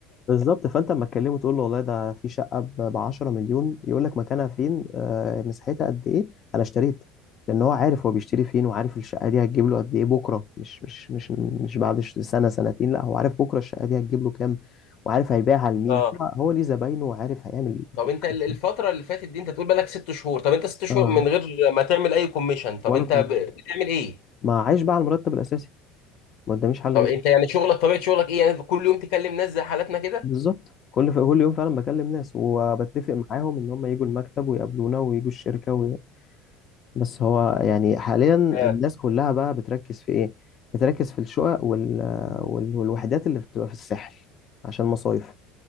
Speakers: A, on the left; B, on the left.
A: بالظبط فانت اما تكلمه تقول له والله ده في شقه ب 10 مليون يقول لك مكانها فين آه، مساحتها قد ايه انا اشتريت لان هو عارف هو بيشتري فين وعارف الشقه دي هتجيب له قد ايه بكره مش مش مش مش بعد ش- سنه سنتين لا هو عارف بكره الشقه دي هتجيب له كام وعارف هيبيعها لمين
B: اه
A: هو هو ليه زباينه وعارف هيعمل
B: طب
A: كل
B: انت
A: حاجه
B: ال- الفترة اللي فاتت دي انت تقول بالك ست شهور طب انت ست شهور
A: اه
B: من غير ما تعمل اي كوميشن طب
A: ولا
B: انت
A: كوميشن
B: ب- بتعمل ايه؟
A: ما عايش بقى على المرتب الاساسي ما قداميش حل
B: طب
A: غير
B: انت يعني شغلك طبيعة شغلك ايه؟ يعني كل يوم تكلم ناس زي حالاتنا كده
A: بالظبط كل ف- كل يوم فعلا بكلم ناس وبتفق معاهم ان هم يجوا المكتب ويقابلونا ويجوا الشركه بس هو يعني حاليا
B: آه.
A: الناس كلها بقى بتركز في ايه بتركز في الشقق وال... وال... والوحدات اللي بتبقى في الساحل عشان مصايف